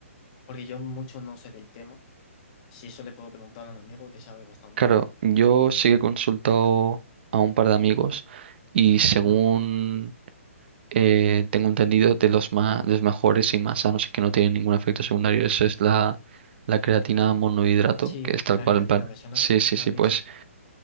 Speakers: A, on the left; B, on the right.
A: porque yo mucho no sé del tema. Si eso le puedo preguntar a un amigo que sabe bastante.
B: Claro, yo sí que he consultado a un par de amigos y según
A: Mm,
B: eh, tengo entendido de los más, de los mejores y más sanos y que no tienen ningún efecto secundario, eso es la, la creatina monohidrato,
A: Sí,
B: que es tal
A: la
B: cual,
A: creatina
B: en plan.
A: me suena,
B: Sí,
A: sí,
B: sí,
A: me
B: sí,
A: la han
B: pues,
A: dicho.